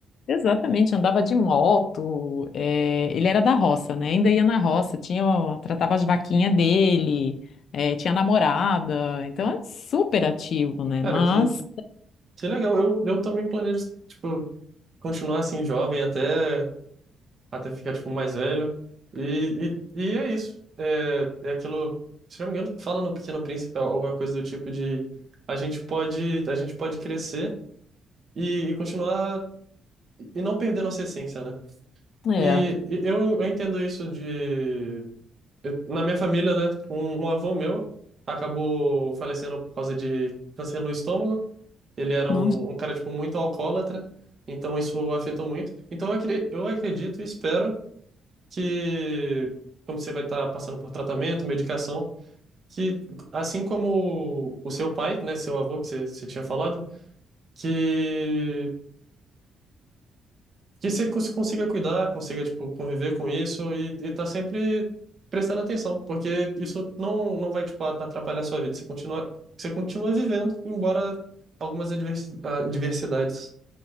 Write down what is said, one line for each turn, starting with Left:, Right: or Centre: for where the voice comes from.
Left: Exatamente, andava de moto. é, ele era da roça, né? Ainda ia na roça, tinha, ó, tratava as vaquinhas dele, é, tinha namorada, então é super ativo, né?
Right: Cara,
Left: Mas
Right: que que legal. Eu eu também planejo tipo continuar assim jovem até até ficar, tipo, mais velho. E, e, e é isso. É, é aquilo, se não me engano, fala no Pequeno Príncipe alguma coisa do tipo de a gente pode, a gente pode crescer e, e continuar e não perder nossa essência, né?
Left: é,
Right: E, e eu, eu entendo isso de... eu- na minha família, né, um, um avô meu acabou falecendo por causa de câncer no estômago. Ele era
Left: não.
Right: um, um cara, tipo, muito alcoólatra. Então isso afetou muito. Então eu acre- eu acredito e espero que, como você vai estar passando por tratamento, medicação, que assim como o seu pai, né, seu avô que você, você tinha falado, que que você cons- consiga cuidar, consiga tipo conviver com isso e e tá sempre prestando atenção, porque isso não não vai tipo atrapalhar a sua vida. Você continua você continua vivendo, embora algumas advers- ah, adversidades.